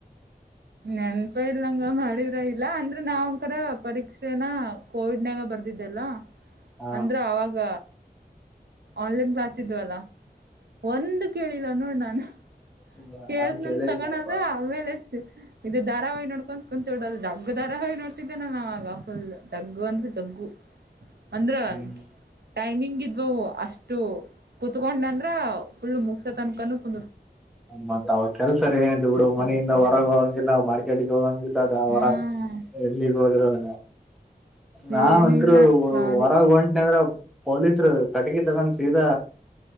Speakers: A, on the right; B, in the centre.
A: ನೆನ್ಪ ಇಂಗ ಮಾಡಿದ್ರ ಇಲ್ಲ ಅಂದ್ರೆ ನಾವ್ಕರ ಪರೀಕ್ಷೆನ ಕೋವಿಡ್ನಾಗ ಬರ್ದಿದ್ದಲ್ಲ
B: ಹ
A: ಅಂದ್ರ ಅವಾಗ ಆನ್ಲೈನ್ ಕ್ಲಾಸ್ ಇದ್ವಲ್ಲ ಒಂದು ಕೇಳಿಲ್ಲ ನೋಡ್ ನನ್
B: ಹ್ಮ್
A: ಕೇಳ್ದ್
B: ನಾನ್
A: ನಂದ
B: ಕೇಳಿದ್ನಪ್ಪಾ
A: ತಗಳದ ಆಮೇಲೆ ಎ ಇದು ಧಾರವಹಿ ನೋಡ್ಕೊ ಕುಂತಡದು ಜಬ್ಗ ಧಾರಾವಹಿ ನೋಡ್ ದ್ದೇ ನಾಗ ಫ ತಗ್ಗು ಅಂದ್ರೆ ತಗ್ಗು ಅಂದ್ರ
B: ಹ್ಮ್
A: ಟೈಮಿಂಗ್ ಇದ ಇ ಅಷ್ಟು ಕುತ್ಕೊಂಡ ಅಂದ್ರ ಫುಲ್ಮುಗಸ ತನ್ಕನ ಕು
B: ಮತ್ತತ್ ಅವ ಕೆಲ್ಸರ ಏನ ಹಡು
A: ಜಗ್ಗು
B: ಮನೆಯಿಂದ
A: ನೋಡ್ತಿದ್ದೆ
B: ಹೊರಗೆ ಹೋಗಂಗಿಲ್ಲ ಮಾರ್ಕೆಟ್ಗೆ ಹೋಗಂಗಿಲ್ಲದ ಹೊರ
A: ನಾನು ಹಾ
B: ಎಲ್ಲಿಗ ಹೋಗಿರದ ನಾಂತ್ರು
A: ಏನು ಇಲ್ಲ ಖಾಲಿ
B: ಹೊರಗ ಹೊಂಟನದ್ರ ಪೊಲೀಸರು ಕಟಕಿ ತಗೊಂಡ ಈದ